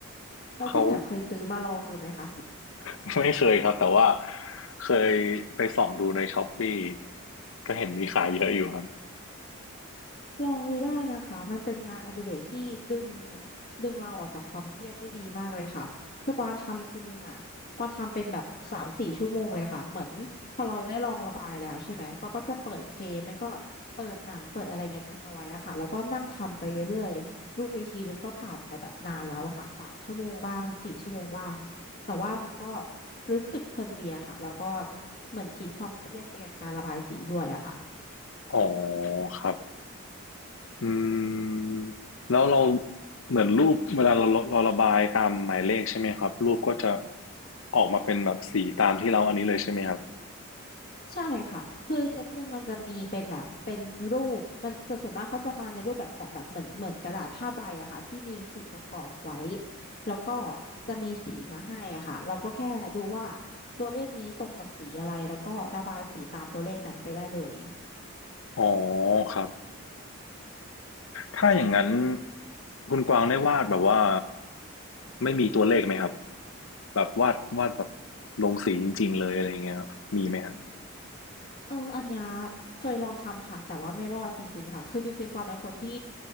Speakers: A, on the left; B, on the left.
A: แล้วคุณอย่างเคยซื้อมาลองดูไหมคะ
B: เขาไม่เคยครับแต่ว่าเคยไปส่องดูในช้อปปี้ก็เห็นมีขายเยอะอยู่ครับ
A: ลองดูได้นะคะ มันเป็นงานอดิเรกที่ดึงดึงเราออกจากความเครียดได้ดีมากเลยค่ะคือกวางทำทีนึงอ่ะกวางทำเป็นแบบสามสี่ชั่วโมงเลยค่ะ เหมือนพอเราได้ลองระบายแล้วใช่ไหมกวางก็จะเปิดเพลงแล้วก็เปิดหนังเปิดอะไรเงี้ยทิ้งเอาไว้อะค่ะแล้วก็นั่งทำไปเรื่อยๆรู้อีกทีนึงก็ผ่านไปแบบนานแล้วอะค่ะสามชั่วโมงบ้างสี่ชั่วโมงบ้างแต่ว่ามันก็รู้สึกเพลินดีอะค่ะแล้วก็เหมือนทิ้งความเครียดไปกับการระบายสีด้วยอะค่ะ
B: อ๋อครับ อืมแล้วเราเหมือนรูปเวลาเราเราระบายตามหมายเลขใช่ไหมครับรูปก็จะออกมาเป็นแบบสีตามที่เราอันนี้เลยใช่ไหมครับ
A: ใช่ค่ะ คือเซตหนึ่งมันจะมีเป็นแบบเป็นรูปมันจะส่วนมากเขาจะมาในรูปแบบของแบบเหมือนเหมือนกระดาษผ้าใบอะค่ะที่มีขึงกับกรอบไว้ แล้วก็จะมีสีมาให้อะค่ะเราก็แค่ดูว่าตัวเลขนี้ตรงกับสีอะไรแล้วก็ระบายสีตามตัวเลขนั้นไปได้เลย
B: อ๋อครับถ้าอย่างนั้นคุณกวางได้วาดแบบว่าไม่มีตัวเลขไหมครับแบบวาดวาดแบบลงสีจริงๆเลยอะไรอย่างเงี้ยครับมีไหมครับ
A: เอออันเนี้ยเคยลองทำค่ะแต่ว่าไม่รอดจริงๆค่ะคือจริงๆความเป็นคนที่